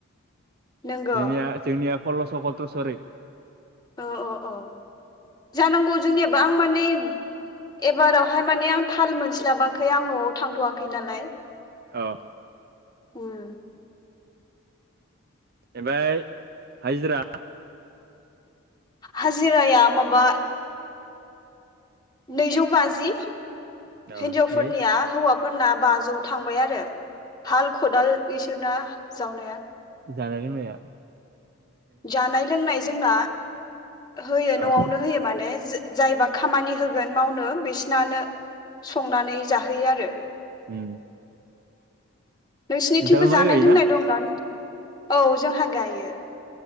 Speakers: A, on the left; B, on the right.
A: नंगौ
B: जोंनिया जोंनिया कल्लस कत्रस ओरै।
A: औ औ औ जानांगौ जोंनियाबो आं माने। एबारावहाय माने आं थाल मोनस्लाबाखै आं न'आव थांथ'वाखै नालाय।
B: औ।
A: हम
B: ओफाय हाइजिरा?
A: हाजिराया माबा नैजौ बाजि
B: अ ओमफ्राय
A: हिनजावफोरनिया हौवा फोरना बाजौ थांबाय आरो हाल खदाल बिसोरना जावनाया!
B: जानानै मैया
A: जानाय लोंनाय जोंना होयो नआवनो
B: अ
A: होयो माने जो जायबा खामानि होगोन मावनो बिसनानो संनानै जाहोयो आरो
B: उम
A: नोंसिनिथिंबो
B: नोंसाबो माइ
A: जानाय
B: गायोना
A: लोंनाय दंना नों औ जोंहा गायो